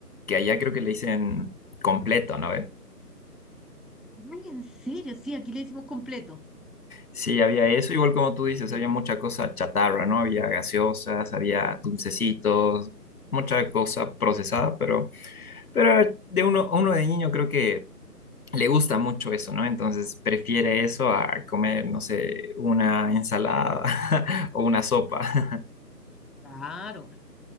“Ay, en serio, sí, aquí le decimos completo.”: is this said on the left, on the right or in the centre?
Centre